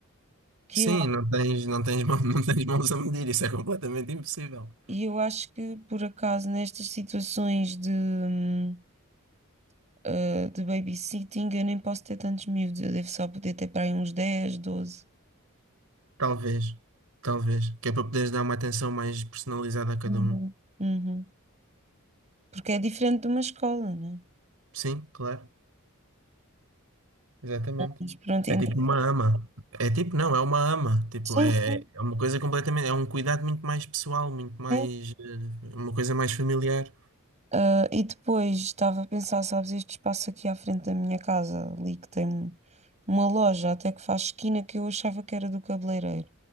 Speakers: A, on the right; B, on the right.
A: que
B: Sim,
A: eu,
B: não tens, não tens, mão- <laughs> não tens mãos a medir, isso é completamente impossível.
A: e eu acho que por acaso nestas situações de, hum, ah, de babysitting eu nem posso ter tantos miúdos, eu devo só poder ter para aí uns dez doze
B: Talvez, talvez, que é para poderes dar uma atenção mais personalizada a cada
A: Uhum.
B: um.
A: Uhum. Porque é diferente de uma escola, né?
B: Sim, claro, exatamente.
A: Mas pronto, então.
B: É tipo uma ama. É tipo, não, é uma ama. Tipo,
A: Sim,
B: é,
A: sim.
B: é uma coisa completamente, é um cuidado muito mais pessoal, muito mais,
A: sim.
B: eh, uma coisa mais familiar.
A: Ah, E depois estava a pensar, sabes, este espaço aqui à frente da minha casa, ali que tem uma loja até que faz esquina que eu achava que era do cabeleireiro.